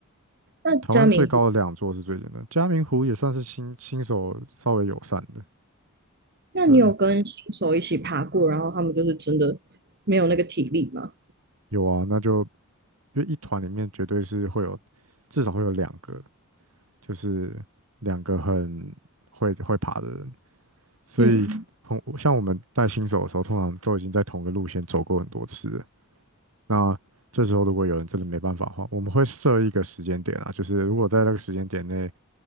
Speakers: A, on the right; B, on the right.
A: 那嘉明
B: 台湾最高的两座是最简单，嘉明湖也算是新新手稍微友善的。
A: 那你有跟新手一起爬过，
B: 对，
A: 然后他们就是真的没有那个体力吗？
B: 有啊，那就因为一团里面绝对是会有，至少会有两个，就是两个很会会爬的人，所以很像我们带新手的时候，
A: 嗯
B: 通常都已经在同一个路线走过很多次了。那这时候如果有人真的没办法的话，我们会设一个时间点啊，就是如果在那个时间点内